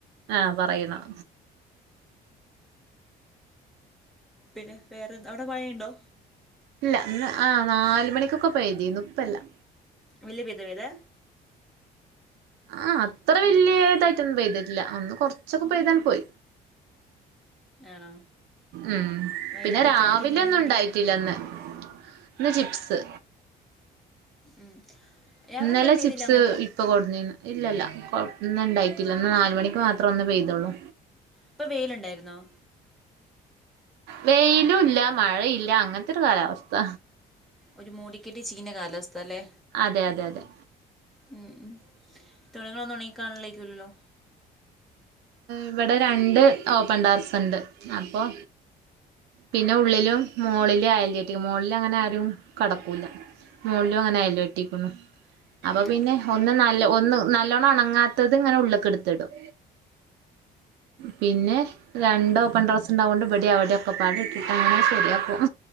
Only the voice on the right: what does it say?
ആഹ പറയണം
ഇല്ല ഇന്ന് ആ നാല് മണിക്കൊക്കെ പെയ്തീന്നു ഇപ്പംല്ലാ
ആ അത്ര വല്യയ ഇതായിട്ടൊന്നും പെയ്തിട്ടില്ല അന്ന് കൊറച്ചൊക്കെ പെയ്തങ് പോയി
ഉം
പിന്നെ രാവിലെ
ഒന്നും
ഉണ്ടായിട്ടില്ലന്ന് ഇന്ന് ചിപ്സ്
ഇന്നലെ
ചിപ്സ്
ഇപ്പ കൊടുനി ന്ന് ഇല്ല ഇല്ല കൊ ഇണ്ടായിട്ടില്ല ഒന്ന് നാല് മണിക്ക് മാത്ര ഒന്ന് പേയ്തൊള്ളൂ
വെയിലുല്ല മഴയില്ല അങ്ങനത്തെ ഒരു കാലാവസ്ഥ
അതെ അതെ അതെ
ഇവിടെ രണ്ട് ഓപൺ ടെറസ് ഉണ്ട് അപ്പൊ പിന്നെ ഉള്ളിലും മോളില് അയല് കെട്ടി മോളില് അങ്ങനെ ആരും കടക്കൂല്ല മോളിലും അങ്ങനെ അയല് കെട്ടിക്കുന്നു അപ്പോൾ
പിന്നെ ഒന്ന് നല്ല ഒന്ന് നല്ലോണ്ണം ഒണങ്ങാത്തത് ഇങ്ങനെ ഉള്ളക്ക് എടുത്തിടും പിന്നെ രണ്ട് ഓപ്പൺ ടെറസ് ഉണ്ടായകൊണ്ട് ഇവടെ അവിടെക്കെ പാട ഇട്ടിട്ട് അങ്ങനെ ശരിയാക്കും